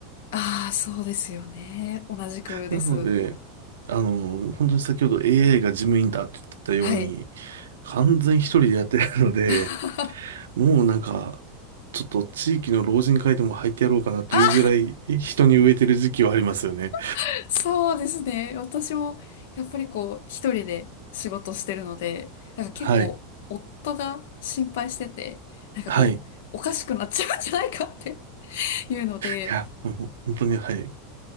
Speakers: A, on the left; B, on the right.
A: ああ、そうですよね。同じくです。
B: なので、あの本当に先ほど AI が事務員だって言ってたように、
A: はい。
B: 完全一人でやってるので、
A: <laughs> あ
B: もうなんか、ちょっと地域の老人会でも入ってやろうかなというぐらい人に植えてる時期はありますよね。
A: あ、<laughs> そうですね。私も、やっぱりこう、一人で仕事してるので、なんか結構、
B: はい。
A: 夫が心配してて、なんかこう、
B: はい。い
A: おかしくなっちゃうんじゃないかっていうので、
B: や、もう本当に、はい。